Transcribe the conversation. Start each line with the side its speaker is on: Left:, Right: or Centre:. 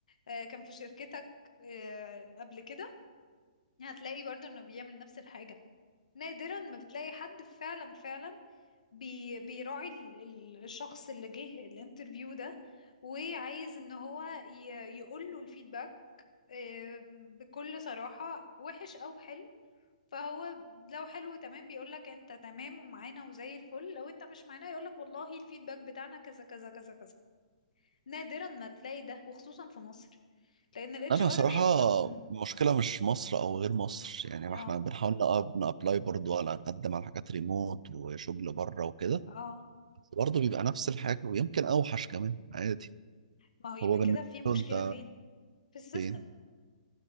Left: آه، كان في شركتك آه، قبل كده هتلاقي برضو انه بيعمل نفس الحاجة نادرا ما بتلاقي حد فعلا فعلا بي بيراعي ال- ال- الشخص اللي جه الانترفيو ده وعايز ان هو ي- يقول له الفيدباك آم، بكل صراحة وحش أو حلو فهو لو حلو تمام بيقولك انت تمام ومعانا وزي الفل لو انت مش معانا يقولك والله الفيدباك بتاعنا كذا كذا كذا كذا نادرا ما تلاقي ده وخصوصا في مصر لأن الاتش
Right: انا
Left: ار
Right: صراحة
Left: بيبقى مم،
Right: المشكلة مش مصر او غير مصر يعني
Left: اه
Right: ما احنا بنحاول نقاب- نابلاي برضه على نقدم على حاجات ريموت وشغل بره وكده
Left: اه
Right: بس برضه بيبقى نفس الحاجة ويمكن اوحش كمان عادي
Left: ما هو يبقى
Right: هو بالنسبة
Left: كده في مشكلة
Right: له انت
Left: فين في السيستم
Right: فين